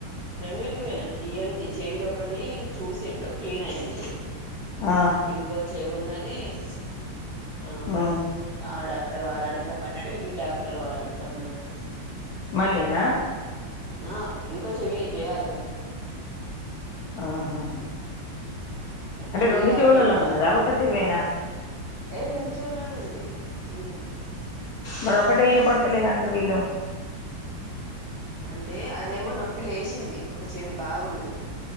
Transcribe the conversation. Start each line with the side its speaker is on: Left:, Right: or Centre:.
Right: రెండిటికి పోయినా ఇ. ఎన్. టి చెవిది ఒకటి చూసిండు క్లీన్ అయింది
Left: ఆ
Right: ఇంకో చెవున్నది ఏం.. ఆ
Left: ఉమ్
Right: ఆడ వారానికి రమ్మన్నాడు ఈ టాబ్ అటర్ వారనికి రమ్మన్నాడు
Left: మళ్ళీనా
Right: ఆ ఇంకో చెవి చేయాలి కదా
Left: ఆహా
Right: అంటే
Left: రెండు
Right: ఈ డాక్టర్
Left: చెవులలో
Right: కూడా రమ్మని
Left: ఉన్నదా ఒక చెవేనా
Right: ఏ రెండు చెవులల్లో ఉంది జీవిలి
Left: మర ఒకటే ఇన పడతలేదు అంటర్ వీళ్ళు
Right: అంటే అదేమో నొప్పి లేచింది ఒక చెవి బాగున్నది